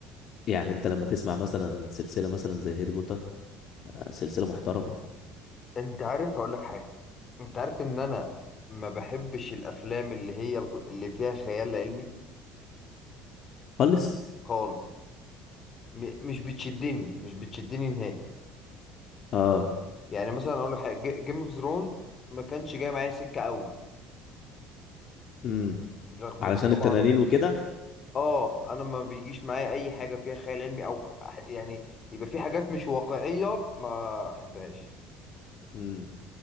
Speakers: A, on the left; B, on the left.
A: يعني انت لما تسمع مثلا سلسلة مثلا زي هاري بوتر آه سلسلة محترمة
B: انت عارف هقول لك حاجة انت عارف ان انا ما بحبش الافلام اللي هي اللي فيها خيال علمي
A: خالص
B: خالص م... مش بتشدني مش بتشدني نهائي
A: اه
B: يعني مثلا اقول لك حاجه جيم اوف ثرون ما كانش جاي معايا سكه قوي
A: امم
B: رغم
A: علشان
B: ان طبعا
A: التنانين وكده
B: اه انا ما بيجيش معايا اي حاجه فيها خيال علمي او ف- يعني يبقى في حاجات مش واقعيه ما احبهاش
A: امم